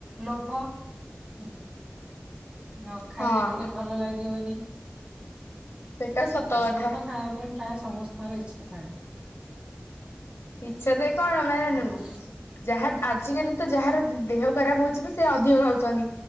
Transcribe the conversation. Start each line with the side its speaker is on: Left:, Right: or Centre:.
Right: ଲୋଭ ହୁଁ ହୁଁ। ନ ଖାଇଲେ
Left: ହଁ
Right: ଟିକେ ଭଲ ଲାଗିବନି।
Left: ସେଇଟା ସତ
Right: ଫାଷ୍ଟ
Left: କଥା।
Right: ଫୁଡ୍ ତ ଖାଇବା ପାଇଁ ପ୍ରାୟ ସମସ୍ତଙ୍କର ଇଚ୍ଛା ଥାଏ।
Left: ଇଚ୍ଛା ତ କଣ ମାନେ
Right: ଆଉ
Left: ଯାହା ଆଜିକାଲି ତ ଯାହାର ଦେହ ଖରାପ ହଉଛି, ବି ସେ ଅଧିକ ଖାଉଛନ୍ତି